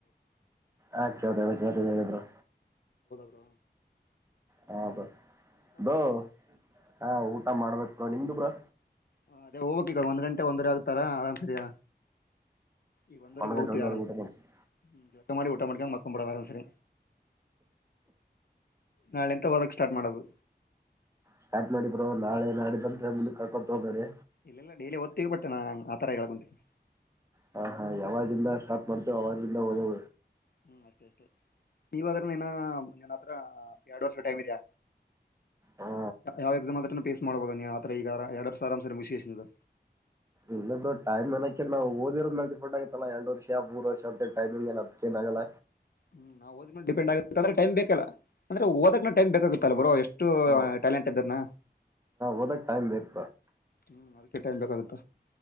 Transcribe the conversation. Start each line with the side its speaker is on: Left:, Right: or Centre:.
Right: ಆ ಚದ ಹೇಿದರು.
Left: ಕ.
Right: ಹಬ. ದೋ ಹಾ ಊಟ ಮಾಡ್ಬೇಕ ನಿಮ್ದು ಬ್ರಾ.
Left: ಹ ಅದೇ ಹೋಗ್ಕಗ ಒಂದ್ ಗಂಟೆ ಒಂದರೆ ಆಗ್ತಾರಾ ಆರಾಮ್ಸದಯ. ಈಗ ಒಂದವರೆರಿಗೆ
Right: ಒಂದು
Left: ಹೋಗ್ತೀವಿ
Right: ಗಂಟೆ ಒಂದೂವರೆಗೆ
Left: ಆರಾಮ್ಸ
Right: ಊಟ ಮಾಡ್ತೀವಿ
Left: ಹ್ಮ ಜಟ್ಟ ಮಾಡಿ ಊಟ ಮಾಡ್ಕಂಗ ಮಕೊಬಡ ಆರಾಮ್ ಸರಿ. ನಾಳೆಂತ ಹೋದಕ್ ಸ್ಟಾರ್ಟ್ ಮಾಡದು.
Right: ಸ್ಟಾರ್ಟ್ ಮಾಡಿಿದ್ರೋ ನಾಳೆ ನಾಡ ಬಂದ್ರೆ ಮುಂದಕ್ ಕಾಕೊತ ಹೋಗಬೇಡಿ.
Left: ಇಲ್ಲ ಇಲ್ಲ ಡೈಲಿ ಓದ್ತವಿ ಬಟ್ಟ ನಾ ಆಥರ ಕೆ ಕುಂತನಿ.
Right: ಹ ಹಾ ಯಾವಾಗಿಲಿಂದ ಸ್ಟಾರ್ಟ್ ಮಾಡ್ತೇವೆ ಅವಾಗಿಲಿಂದ ಓದ.
Left: ಹ್ಮ್ ಅಷ್ಟೇ ಅಷ್ಟತ. ನೀವ ಅದ್ರ ನ. ಹ ಎರಡು ವರ್ಷ ಟೈಮ್ ಇದೆಯ.
Right: ಹಾ
Left: ಹಾವದುಮತ್ರ. ಪಫೇಸ್ ಮಾಡಬಹುದನ್ನ ಆತರ ಈಗಾರ ಎರಡರ ಸಾವಿರಾಂ ಸಾರಿ ಮುಷಿಿಸಿದರು.
Right: ಇಲ್ಲ ಟಮ್ಏನಕ ನಾ ಓದಿ್ರ ಮೇ ಡಿಫೆಂಟ್ ಆಗತ್ತಲ್ಲ ಎರಡ್ ವರ್ಷ ಮೂರ್ ವರ್ಷ ಅಂತ ಟೈಮಿಂಗ್ಏ ಅದಕ್ಕಏನ್ ಆಗಲ್ಲ.
Left: ಹ್ಮ್ ನಾ ಓದ್ ಡಿಪೆಂಡ್ ಆಗ ಅ್ರ ಟೈಮ್ ಬೇಕಲ್ಲ ಅಂದ್ರೆ ಓದಕ್ನ ಟೈಮ್ ಬೇಕಾಗುತ್ತಲ್ಲ ಬರೋ ಎಷ್ಟು
Right: ಹಾ
Left: ಟ್ಯಾಲೆಂಟ್ ಇದ್ರನ
Right: ಓದಕ್ ಟೈಮ್ ಬೇಕು
Left: ಹ್ಮ್ ಅದಕ್ಕೆ ಟೈಮಕಾಗತ್ತ